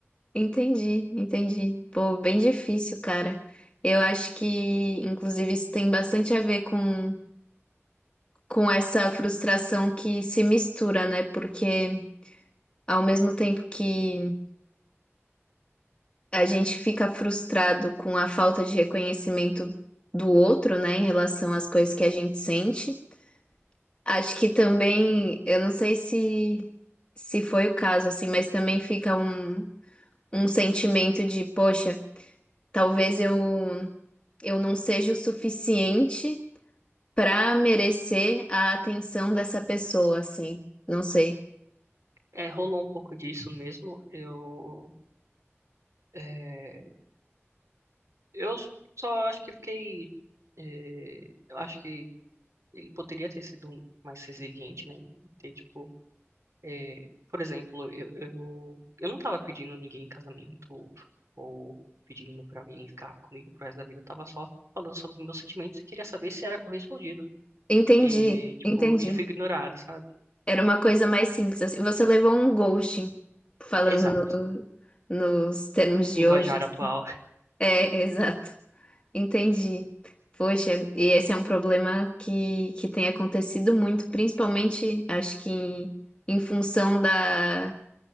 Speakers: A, on the left (about 20°); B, on the right (about 85°).
A: Entendi, entendi. Pô, bem difícil, cara. Eu acho que, inclusive, isso tem bastante a ver com, com essa frustração que se mistura, né? Porque Ao mesmo tempo que a gente fica frustrado com a falta de reconhecimento do outro, né, em relação às coisas que a gente sente, acho que também, eu não sei se se foi o caso assim, mas também fica um, um sentimento de, poxa, talvez eu eu não seja o suficiente para merecer a atenção dessa pessoa, assim. Não sei.
B: É, rolou um pouco disso mesmo. Eu, eh, eu só acho que fiquei, eh, eu acho que ele poderia ter sido mais resiliente, né? E ter, tipo, É, por exemplo, eu, eu, eu não tava pedindo ninguém em casamento ou pedindo pra alguém ficar comigo pro resto da vida. Eu tava só falando sobre meus sentimentos e queria saber se era correspondido.
A: Entendi,
B: E, tipo,
A: entendi.
B: e fui ignorado, sabe?
A: Era uma coisa mais simples, assim. Você levou um ghosting, falando
B: Exato.
A: no- nos termos de
B: Linguajar
A: hoje.
B: atual. <laughs>
A: É, exato. Entendi. Poxa, e esse é um problema que, que tem acontecido muito, principalmente, acho que em, em função da...